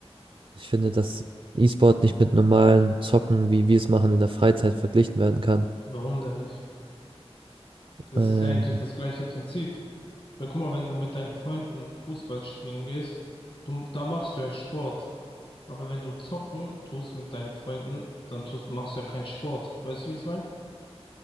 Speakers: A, on the right (about 55°); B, on the left (about 55°).
A: ich finde, dass E-Sport nicht mit normalen Zocken, wie wir es machen, in der Freizeit verglichen werden kann.
B: Warum denn nicht? Das
A: Ähm,
B: ist ja eigentlich das gleiche Prinzip. Weil guck mal, wenn du mit deinen Freunden Fußball spielen gehst, Du, da machst du ja Sport. Aber wenn du zocken tust mit deinen Freunden, dann tust, machst du ja keinen Sport. Weißt du, wie ich es meine?